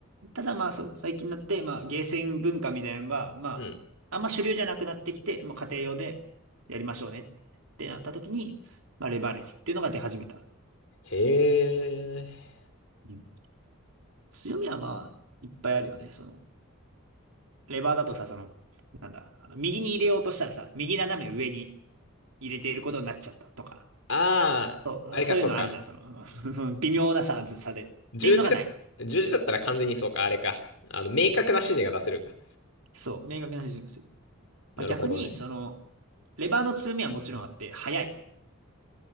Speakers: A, on the right; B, on the left.
A: ただまあそう、最近になって、まあゲーセン文化みたいなのが、ま
B: うん。
A: あ、あんま主流じゃなくなってきて、もう家庭用でやりましょうねってなった時に、まあレバーレスっていうのが出始めた。
B: へえ。
A: うん強みはまあ、いっぱいあるよね。その、レバーだとさ、その、なんだ、あの右に入れようとしたらさ、右斜め上に入れていることになっちゃったとか。
B: ああ、
A: そう、
B: あれか、
A: そういうのあるじゃん、
B: そうか。
A: その、<laughs> 微妙なさ、ずさで。っていうのがない。
B: 十字だ、十字だったら完全にそうか、
A: うん。
B: あれか。あの、明確な指示が出せるか。
A: そう、明確な指示がする。
B: なるほどね。
A: まあ、逆に、その、レバーの強みはもちろんあって、速い。